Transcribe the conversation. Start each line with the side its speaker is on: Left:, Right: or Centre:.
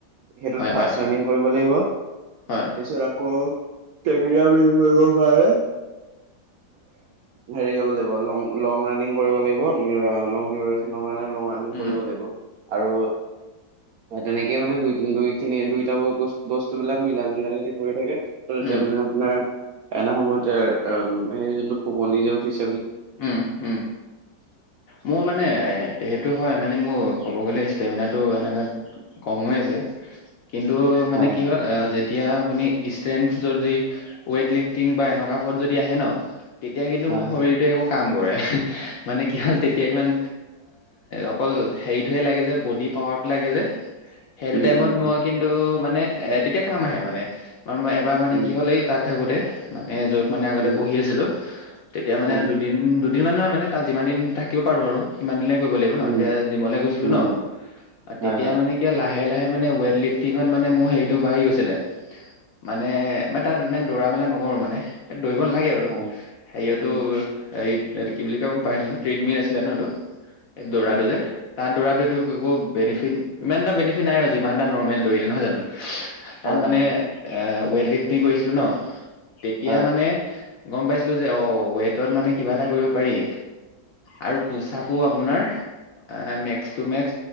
Right: সেইটোত
Left: হয় হয়
Right: ফাষ্ট
Left: হয়
Right: ৰানিং কৰিব লাগিব।
Left: হয়
Right: তাৰপিছত আকৌ বিল্ড কৰিব কাৰণে। হেৰি কৰিব লাগিব লং লং ৰানিং কৰিব লাগিব লং ডিউৰেচনৰ কাৰণে। লং ৰানিং
Left: উম
Right: কৰিব লাগিব। আৰু তেনেকে মানে দুই দুই খিনি দুইটা বস্তুবিলাক মিলাই মিলাই যদি কৰি থাকে তও তেতিয়া
Left: উম
Right: মানে আপোনাৰ এটা সময়ত এ এ যোনটো কুমলি যে উঠিছ
Left: উম, উম, মোৰ মানে সেইটো হয়, মানে মোৰ ক'ব গ'লে ষ্টেমিনাটো এনেকাত কম হৈ আছে। কিন্তু মানে
Right: হয়
Left: কি হ'ল যেতিয়া আপুনি ষ্ট্ৰেনথ যদি ৱেট লিফটিং বা এনেকুৱাবোৰত যদি আহে ন তেতিয়া কিন্তু
Right: হয়
Left: মোৰ
Right: হয়
Left: শৰীৰটোৱে একো বোৰে। মানে কি হ'ল তেতিয়া ইমান অকল হেৰিটোহে লাগে যে বডি প অড্ লাগে যে। সেইটো
Right: উম
Left: টাইমত
Right: উম
Left: মই কিন্তু মানে তেতিয়া কাম আহে মানে এবাৰ মানে
Right: উম
Left: কি হ'ল এই তাত থাকোঁতে মানে য'ত মানে আগতে
Right: উম
Left: পঢ়ি আছিলোঁ, তেতিয়া মানে
Right: উম
Left: দু দুদিনমান নহয় মানে তাত যিমান দিন থাকিব পাৰোঁ আৰু। সিমান দিনে কৰিব লাগিব ন।
Right: উম উম
Left: তেতিয়া জিমলে গৈছিলোঁ
Right: উম
Left: ন।
Right: হয়
Left: তেতিয়া
Right: হয়
Left: মানে কি লাহে লাহে মানে ৱেইট লিফটিঙত মানে মোৰ হেৰিটো বাঢ়ি গৈছিলে। মানে মই তাত ইমান দৌৰা-মেলা নকৰো মানে। দৌৰিব নালাগে বাৰু।
Right: হয়
Left: হেৰিয়তো
Right: উম
Left: এই এইটো কি বুলি কয় মই পাইছিলোঁ ট্ৰিডমিল আছিলে ন এইটো? এই দৌৰাটো
Right: উম
Left: যে
Right: উম
Left: তাত দৌৰা একো কৰিব, বেনিফিট ইমান এটা বেনিফিট নাই আৰু যিমান এটা নৰ্মেল দৌৰিলে। নহয় জানো? তাত
Right: হয়
Left: মানে
Right: হয় হয়
Left: এ ৱেইট লিফটিং কৰিছিলো ন তেতিয়া
Right: হয়
Left: মানে গম পাইছিলো যে অ, ৱেটত মানে কিবা এটা কৰিব পাৰি আৰু পোচাপো আপোনাৰ মেক্স টু মেক্স